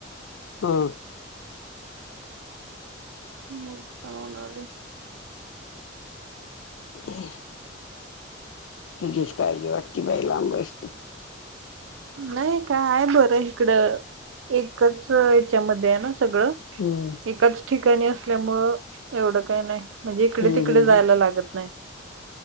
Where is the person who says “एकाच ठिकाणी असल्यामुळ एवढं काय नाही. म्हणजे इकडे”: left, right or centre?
Right